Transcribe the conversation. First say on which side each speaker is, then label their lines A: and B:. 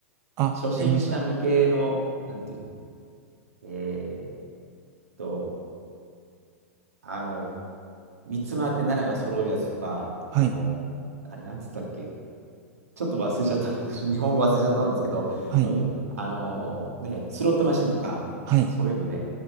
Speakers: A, on the right; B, on the right.
A: あ、
B: 初心者向けの、
A: やりました。
B: なんていうの、えーっと、あの、三つ回って7が揃うやつとか、
A: はい、
B: あの、あれなんつったっけ、ちょっと忘れちゃった。<laughs> 日本語忘れちゃったんですけど、
A: はい、
B: うん。あのーね、スロットマシンとか、
A: はい、
B: そういうので。